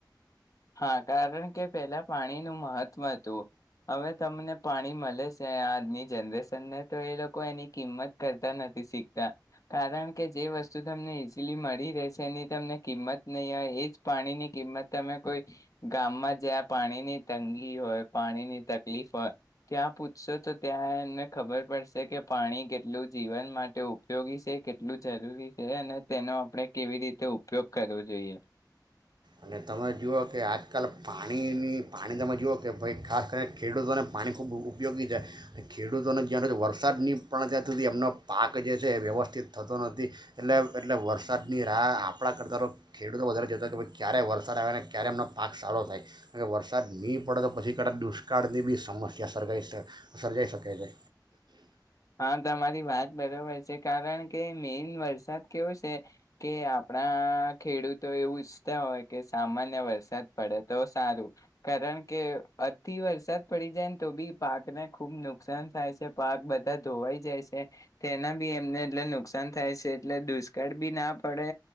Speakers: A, on the left; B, on the right.
A: હા કારણ કે પેલા પાણીનું મહત્વ હતું. અવે તમને પાણી મલે છે આજની જનરેશનને તો એ લોકો એની કિંમત કરતા નથી શીખતા કારણ કે જે વસ્તુ તમને ઈઝલી મળી રહે છે એની તમને કિંમત નહીં હોય એજ પાણીની કિંમત તમે કોઈ ગામમાં જ્યાં પાણીની તંગી હોય પાણીની તકલીફ હોય ત્યાં પૂછશો તો ત્યાં એમને ખબર પડશે કે પાણી કેટલું જીવન માટે ઉપયોગી છે કેટલું જરૂરી છે અને તેનો આપણે કેવી રીતે ઉપયોગ કરવો જોઈએ.
B: અને તમે જુઓ કે આજકાલ પાણીની પાણી તમે જુઓ કે ભાઈ ખાસ કરીને ખેડૂતોને પાણી ખૂબ ઉ ઉપયોગી છે ખેડૂતોને જ્યાંરે વરસાદની પણ જયાં સુધી એમનો પાક જે છે એ વ્યવસ્થિત થતો નથી એટલે એટલે વરસાદની રાહ આપણા કરતા તો ખેડૂતો વધારે કેતા કે ભ ક્યારે વરસાદ આવે ને ક્યારે એમનો પાક સારો થાય કારણ કે વરસાદ ની પડે તો પછી કદાચ દુષ્કાળની બી સમસ્યા સર્ગાઈ સર્જાઈ શકે છે.
A: હા તમારી વાત બરોબર છે કારણ કે મેઈન વરસાદ કેવો છે કે આપણા ખેડૂતો એવું ઈચ્છતા હોય કે સામાન્ય વરસાદ પડે તો સારું કારણ કે અતી વરસાદ પડી જાય ને તો બી પાકને ખુબ નુકસાન થાય છે. જે પાક બધ બધા ધોવાઈ જાય છે તેના બી એમને એટલે નુકસાન થાય છે એટલે દુષ્કાળ બી ના પડે